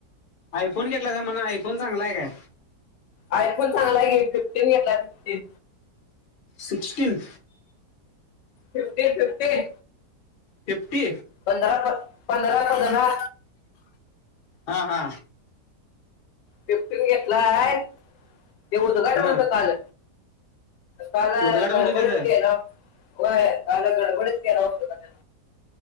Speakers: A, on the left; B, on the left.
A: आयफोन घेतलासा म्हण आयफोन चांगला आहे काय?
B: आयफोन चांगला आहे की फिफ्टीन घेतलाय fifteen
A: sixteen.
B: Fifteen fifteen
A: fifty
B: पंधरा पंधरा पंधरा
A: हा हा
B: फिफ्टी घेतलंय ते उद्घाटन
A: हा
B: होतं काल काल
A: उद्घाटन
B: गडबडीत
A: होतं त्याचं
B: केलाव व्हय काल गडबडीत केलाव उद्घाटन